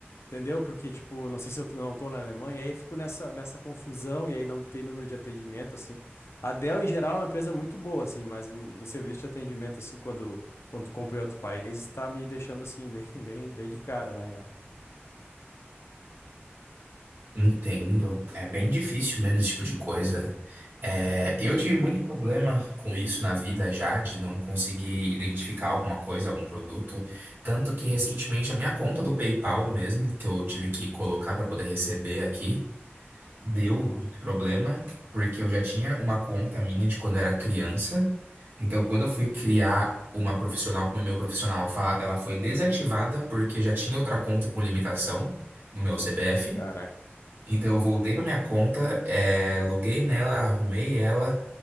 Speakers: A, on the left; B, on the right.
A: Entendeu? Porque, tipo, não sei se eu t- não tô na Alemanha, aí fico nessa, nessa confusão e aí não tem número de atendimento, assim. A Dell, em geral, é uma empresa muito boa, assim, mas o, o serviço de atendimento, assim, quando, quando tu em outro país, tá me deixando, assim, <laughs> bem, bem, bem de cara, na real.
B: Entendo. É bem difícil mesmo esse tipo de coisa. É, eu tive muito problema com isso na vida já, de não conseguir identificar alguma coisa, algum produto. Tanto que recentemente a minha conta do PayPal mesmo, que eu tive que colocar para poder receber aqui, deu
A: Uhum.
B: muito problema, porque eu já tinha uma conta minha de quando eu era criança. Então, quando eu fui criar uma profissional como é meu profissional, fala- ela foi desativada porque já tinha outra conta com limitação no meu CPF.
A: Caraca,
B: Então eu voltei para minha conta, eh, loguei nela, arrumei ela,